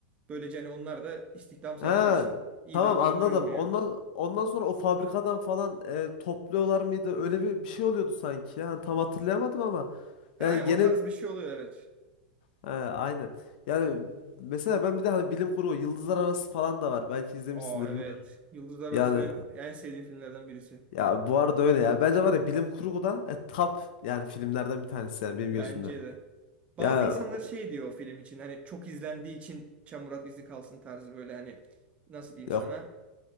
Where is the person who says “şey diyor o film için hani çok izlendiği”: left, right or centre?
Right